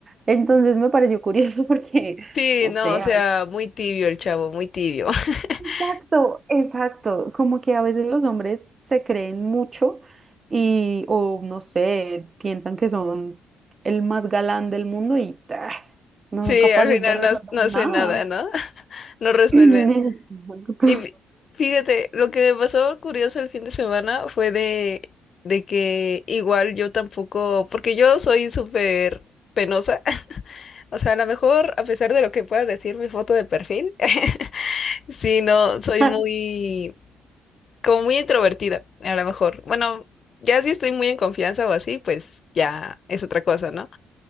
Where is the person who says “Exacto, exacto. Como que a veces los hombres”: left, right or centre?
Right